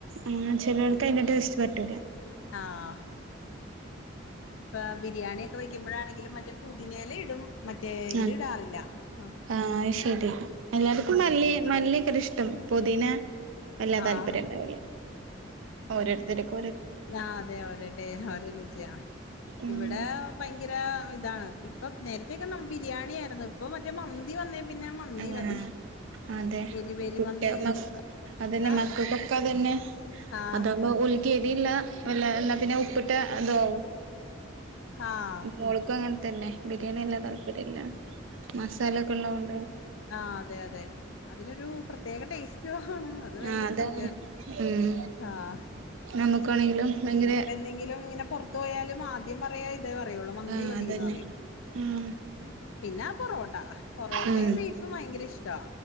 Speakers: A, on the right (about 80°); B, on the left (about 85°).
A: ആഹ് ചിലാൾക്ക് അതിന്റെ ടെസ്റ്റ്‌ പറ്റൂല.
B: ആഹ് ഇപ്പൊ ബിരിയാണി ഒക്കെ വെക്കുമ്പോഴാണെങ്കിലും മറ്റേ പുതിനേല ഇടും മറ്റേ ഇത്
A: ആഹ്
B: ഇടാറില്ല. ആഹ്
A: ആഹ് അത് ശരി എല്ലാർക്കും മല്ലി മല്ലി കൃഇഷ്ടം പൊതിന എല്ലാ താല്പര്യംണ്ട
B: ആ
A: കില്ല ഓരോരുത്തർക്ക്
B: ആഹ് അതെ ഓരോടേ ഓരോ രുചിയാ
A: ഉം
B: ഇവിടെ ഭയങ്കര ഇതാണ് ഇപ്പ നേരത്തൊക്കെ ദം ബിരിയാണിആയിരുന്നു ഇപ്പ മറ്റേ മന്തി വന്ന പിന്നെ മന്തി
A: ആഹ്
B: മതി.
A: അതെ
B: എരിവേരി
A: കുട്ടിക
B: മന്തി
A: മ അതന്നെ
B: ആ
A: മക്കൾക്കൊക്കെ അതന്നെ.
B: ആ
A: അതാവുമ്പോ ഉലക്ക് എഴതിയില്ല വല്ല എന്നാ പിന്നെ ഉപ്പിട്ട് ഇതുവും
B: ആ ആ
A: മോൾകും അങ്ങനെ തന്നെ ബിരിയാണി അല്ലാ താല് ര്യല്ല മസാല ഒക്കെ ഉള്ളത് കൊണ്ട്.
B: ആഹ് അതെ അതെ അതിനൊരു പ്രത്യേക ടേസ്റ്റ് ആണ്. അത് വേറരു
A: ആഹ് അതാണ്
B: സത്യ
A: ഉം
B: ആഹ്
A: നമുക്കാണെങ്കിലും ഭയങ്കര
B: ഇപ്പ എന്തെങ്കിലും ഇങ്ങനെപൊറത്ത് ത്ത് പോയാലും ആദ്യം പറയാ തേ പറയൊള്ളൂ മന്തി
A: ആഹ്
B: മതീന്ന്
A: അതന്നെ
B: പറയും.
A: ആഹ്
B: ഉം പിന്നാ പൊറോട്ട പൊറോട്ടയും
A: ഉം
B: ബീഫ് ഫും ഭയങ്കര ഇഷ്ട,